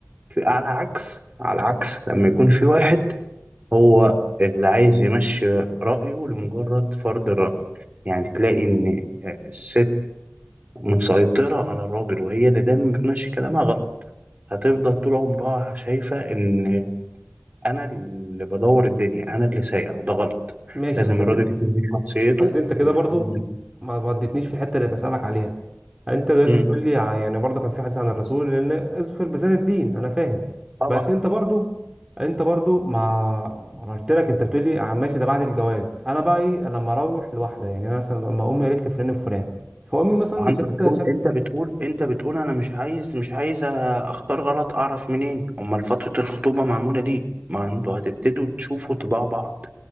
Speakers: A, on the right (about 35°); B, on the right (about 20°).
A: في- على عكس على عكس لما يكون في واحد هو اللي عايز يمشي رأيه لمجرد فرض الرأي، يعني تلاقي إن آه، الست مسيطرة على الراجل وهي اللي دايما بتمشي كلامها غلط، هتفضل طول عمرها شايفة إن أنا اللي بدور الدنيا، أنا اللي سايق وده غلط،
B: ماشي
A: لازم
B: بس انت
A: الراجل يكون ليه شخصيته
B: بس انت كده
A: ويكون
B: برضو
A: دي.
B: ما ما اديتنيش في الحته اللي بسالك عليها يعني انت دلوقتي
A: مم.
B: بتقول لي ع- يعني برضو كان في حديث عن الرسول لان اظفر بذات الدين انا فاهم
A: طبعا
B: بس انت برضو انت برضو ما ما انا قلت لك انت بتقول لي ع- ماشي ده بعد الجواز انا بقى ايه لما اروح لوحده يعني أنا مثلا لما امي قالت لي فلان وفلان فامي مثلا
A: انت
B: شافتها
A: بتقول
B: شافت
A: انت بتقول انت بتقول انا مش عايز مش عايز اختار غلط اعرف منين امال فترة الخطوبة معمولة ليه ما انتوا هتبتدوا تشوفوا طباع بعض